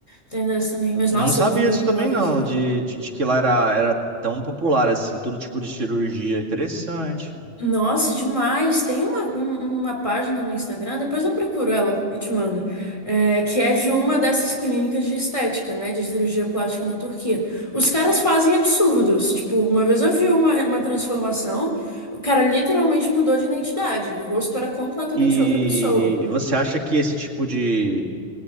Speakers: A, on the left; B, on the right.
A: Tem dessa também. Mas
B: Eu
A: nossa,
B: não sabia
A: outra, uma
B: disso também,
A: vez
B: não,
A: eu.
B: de, de, de que lá era, era tão popular, assim, todo tipo de cirurgia interessante.
A: Nossa, demais! Tem uma, um- uma página no Instagram, depois eu procuro ela e te mando, é, que é de uma dessas clínicas de estética, né, de cirurgia plástica na Turquia. Os caras fazem absurdos. Tipo, uma vez eu vi uma, uma transformação, o cara literalmente mudou de identidade, o rosto era completamente
B: E,
A: outra pessoa.
B: e você acha que esse tipo de,